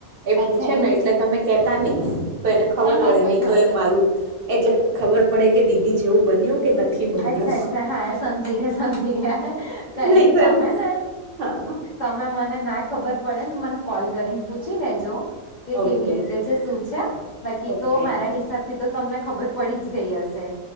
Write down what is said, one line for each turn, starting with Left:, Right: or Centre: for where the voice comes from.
Right: એ પૂછે
Left: અચ્છા એવું
Right: ને એટલે
Left: છે
Right: તમે કેતા નહી તો એને ખબર
Left: હા હા
Right: પડે
Left: કઈ
Right: નહી
Left: વાંધો
Right: તો એ મારું
Left: નહી
Right: એટલે ખબર પડે કે દીદી જેવું બન્યું કે નથી બન્યું
Left: અચ્છા અચ્છા હા સમજી ગયા સમજી ગયા કઈ
Right: નહી
Left: ની
Right: તો
Left: તમે
Right: એમ
Left: ને
Right: હા
Left: તમે મને ના ખબર પડેને તો મને કોલ કરીને પૂછી લેજો કે
Right: ઓકે
Left: કેવી રીતે છે શું છે બાકી
Right: ઓકે
Left: તો મારા હિસાબથી તો તમને ખબર પડી જ ગઈ હશે